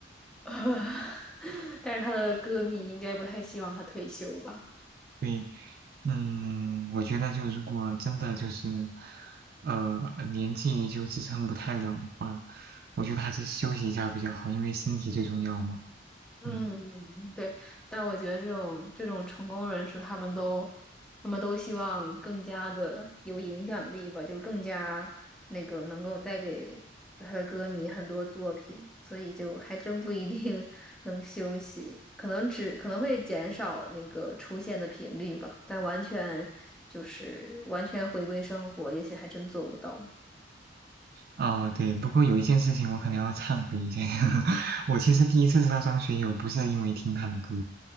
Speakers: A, in the centre; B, on the right.
A: <laughs> 但是他的歌迷应该不太希望他退休吧？
B: 对，嗯，我觉得就如果真的就是，呃，年纪就支撑不太了的话，我觉得还是休息一下比较好，因为身体最重要嘛。
A: 嗯，
B: 嗯，
A: 对，但我觉得这种这种成功人士，他们都他们都希望更加的有影响力吧，就更加那个能够带给他的歌迷很多作品，所以就还真不一定 <laughs> 能休息，可能只可能会减少那个出现的频率吧，但完全就是完全回归生活，也许还真做不到。
B: 哦，对，不过有一件事情我可能要忏悔一下，<laughs> 我其实第一次知道张学友不是因为听他的歌，